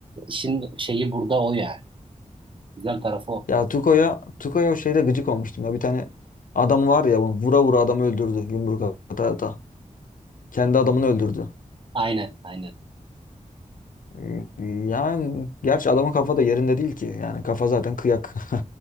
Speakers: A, on the right; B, on the left.
A: İşin şeyi burada o yani. Güzel tarafı o.
B: Ya Tuko'ya Tuko'ya o şeyde gıcık olmuştum ya. Bir tane adam var ya bunu vura vura adamı öldürdü yumruk ata ata. Kendi adamını öldürdü.
A: Aynen, aynen.
B: Hmm, Yani gerçi adamın kafa da yerinde değil ki. Yani kafa zaten kıyak. <laughs>